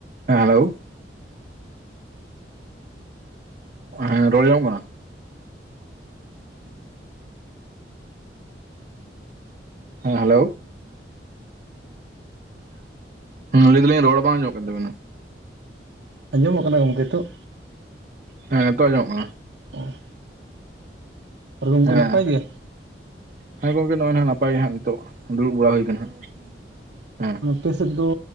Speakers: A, on the right (about 45°); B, on the right (about 80°).
A: ᱦᱮᱸ ᱦᱮᱞᱳ ᱦᱮᱸ ᱨᱚᱲ ᱟᱸᱡᱚᱝ ᱢᱚᱜ ᱠᱟᱱᱟ? ᱦᱮᱸ ᱦᱮᱞᱳ <unintelligible> ᱦᱩᱸ ᱞᱟᱹᱭ ᱫᱟᱞᱤᱧ ᱨᱚᱲ ᱵᱟᱝ ᱟᱸᱡᱚᱢᱚᱜ ᱠᱟᱱ ᱛᱟᱵᱤᱱᱟ?
B: ᱟᱸᱡᱚᱢᱚᱜ ᱠᱟᱱᱟ ᱜᱚᱝᱠᱮ ᱛᱳᱜ?
A: ᱦᱮᱸ ᱱᱤᱛᱚᱜ ᱟᱸᱡᱚᱢᱚᱜ ᱠᱟᱱᱟ᱾
B: ᱚ ᱟᱨ ᱜᱚᱢᱠᱮ
A: ᱦᱮᱸ
B: ᱱᱟᱯᱟᱭ ᱜᱮ?
A: ᱦᱮᱸ ᱜᱚᱝᱠᱮ ᱱᱚᱜᱼᱚᱭ ᱱᱟᱦᱟᱜ ᱱᱟᱯᱟᱭ ᱜᱮ ᱦᱟᱸᱜ ᱱᱤᱛᱚᱜ, ᱫᱩᱲᱩᱵ ᱵᱟᱲᱟ ᱦᱩᱭ ᱠᱟᱱᱟ ᱦᱟᱸᱜ ᱦᱮᱸ
B: ᱟᱯᱮᱥᱮᱫ ᱫᱚ